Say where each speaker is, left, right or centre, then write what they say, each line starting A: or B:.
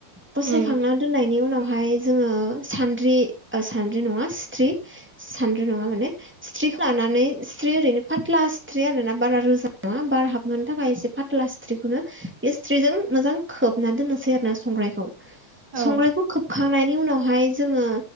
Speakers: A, in the centre; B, on the right.
A: बसायखांना
B: उम
A: दोननायनि उनावहाय जोङो ओ सानद्रि ओ सानद्रि नङा स्थ्रि सान्द्रि नङा माने स थ्रिफ्लानानै सिथ्रि ओरैनो फाथ्ला सिथ्रि आरो ना बारा रोजा नङा बार हाबनो थाखाय एसे फाथ्ला सिथ्रिखौनो बे सिथ्रिजों मोजां खोबना दोननोसै आरो ना संग्रायखौ
B: औ
A: संग्रायखौ
B: उम
A: खोबखांनायनि उनावहाय जोङो